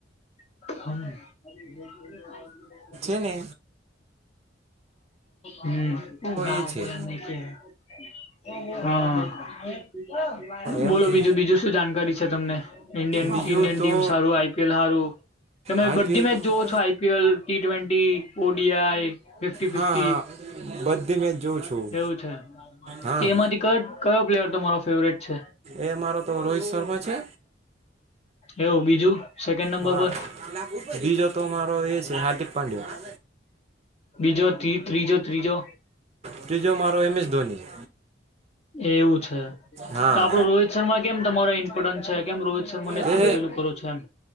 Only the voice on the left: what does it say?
<inaudible>
હમ હુ, ગાર
બોલાછ એને કેય હા
બોલો
બીજું બીજું શું જાણકારી છે, તમને ઇન્ડિયન
ઇન્ડિયન
ટીમ સારું આઈપીએલ સારું તમે
બધી મેચ
જોવો છો, IPL T twenty ODI fifty, fifty
એવું છે
એમાંથી ક કયો પ્લેયર તમારો ફેવરેટ છે
એવું બીજું સેકન્ડ નંબર
પર
બીજો ત્રી ત્રીજો, ત્રીજો
એવું છે.
તો આપડો રોહિત શર્મા કેમ તમારો ઇમ્પોર્ટન્સ છે. કેમ રોહિત શર્માને
જ તમે પેલું કરો છો એમ